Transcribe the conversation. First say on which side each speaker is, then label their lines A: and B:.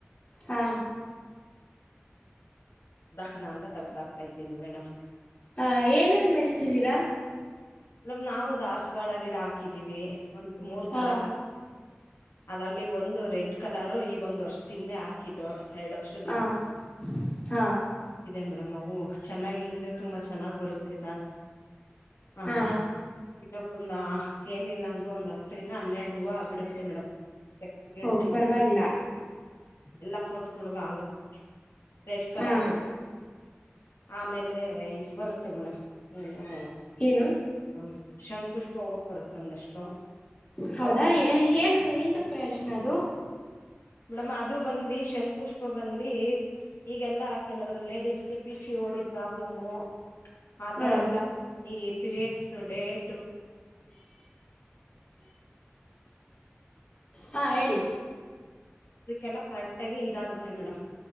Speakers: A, on the left (about 30°); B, on the left (about 80°).
A: ಹಾ.
B: ದಖನ ಅಂತ ತಗ್ದ ಹಕ್ತಾ ಇದ್ದೀನಿ ಮೇಡಮ್.
A: ಹಾ ಏನನ್ ಬೆಳೆಸಿದೀರಾ.
B: ್ ನಾವವು ದಾಸ್ವಾಳ ಗಿಡ ಹಾಕಿದೀವಿ ಒಂದು ಮೂರು
A: ಹಾ
B: ತರ ಕ ಅದರಲ್ಲಿ ಒಂದು ರೆಡ್ ಕಲರು ಈಗೊಂದು್ ವರ್ಷ ತಿಂದೆ ಹಾಕಿದ್ದು ಎರಡು ವರ್ಷ
A: ಹಾ ಹಾ
B: ಹಿಂದೆ ಮೇಡಮ್ ವು ಚೆನ್ನಾಗಿ ಹಿಂದ್ರೆ ತುಂಬಾ ಚೆನ್ನಾಗ್ ಬರುತ್ತಿದ್ದ ಅಂತ
A: ಹಾ
B: ಇನ್ನಕ್ಕೊಂದ ಏನಿಲ್ಲ ಅಂದ್ರರು ಒಂದ್ ಹತ್ತು ದಿನ ಹನ್ನೆರಡು ಹೂವು ಬಿಡುತ್ತೆ ಮೇಡಮ್ ಕೆಸಿಡ್ದಿಂದ
A: ಓ ಪರವಾಗಿಲ್ಲ
B: ಎಲ್ಲಾ ಫೋಟೋಗಳಗ ಆಗುತ್ತೆ ರೆಡ್ ಕಲರ್
A: ಹಾ
B: ಬನ್ ಆಮೇಲೆ ಇ್ ಬರುತ್ತೆಲ್ ಮೇಡಮ್ ಹಾ
A: ಏನು
B: ಹ್ಮ ಶಂಖ್ ಪುಷ್ಪ ಹೂ ಬರುತ್ತೆ ಒಂದಷ್ಟು
A: ಹೌದಾ
B: ಅವು
A: ಏನ್ ಎಂತ ಪ್ರಯೋಜನ ಅದು
B: ಮೇಡಮ್ ಅದು ಬಂದಿ ಶಂಖ್ ಪುಷ್ಪ ಬಂದಿ ಈಗೆಲ್ಲಾ ಕೆಲವರು ಲೇಡಿಸಸ್ಗೆ ಪಿ ಸಿ ಓಡಿ ಪ್ರಾಬ್ಲಮು ಆತರ
A: ಹಾ
B: ಎಲ್ಲ ಈ ಪಿರಿಯಡ್ ಟುಡೇಟು
A: ಹಾ ಹೇಳಿ
B: ಎಲ್ಲ ಕರೆಕ್ಟ್ ಆಗಿ ಇದಾಗುತ್ತೆ ಮೇಡಮ್